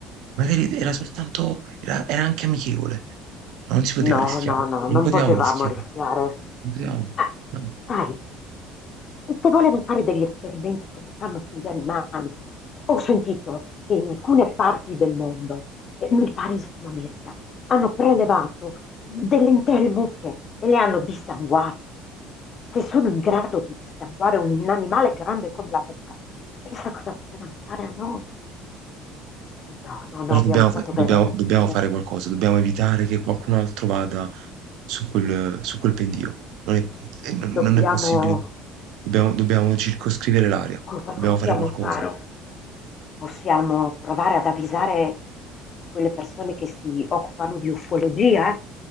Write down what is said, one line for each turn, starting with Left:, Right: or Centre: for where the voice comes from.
Right: Magari era soltanto, era, era anche amichevole. Ma non si poteva
Left: No,
Right: rischiare.
Left: no, no,
Right: Non
Left: non
Right: potevamo
Left: potevamo
Right: rischiare.
Left: rischiare.
Right: Non potevamo.
Left: Ah,
Right: No.
Left: dai, E se volevi fare degli esperimenti come fanno sugli animali, ho sentito che in alcune parti del mondo, eh, mi pare in Sud America, hanno prelevato delle intere mucche e le hanno dissanguate. Se sono in grado di dissanguare un, un animale grande come la mucca, pensa cosa potevano fare a noi. No, no, no,
Right: Però
Left: abbiamo
Right: dobbiamo,
Left: fatto
Right: fa- dobbiamo-
Left: bene a nasconderci.
Right: dobbiamo fare qualcosa, dobbiamo evitare che qualcun altro vada su quel, su quel pendio. Non è, eh, non-
Left: Dobbiamo...
Right: non è possibile. Dobbiamo, dobbiamo circoscrivere l'area,
Left: Cosa
Right: dobbiamo
Left: possiamo
Right: fare qualcosa.
Left: fare? Possiamo provare ad avvisare quelle persone che si occupano di ufologia, eh?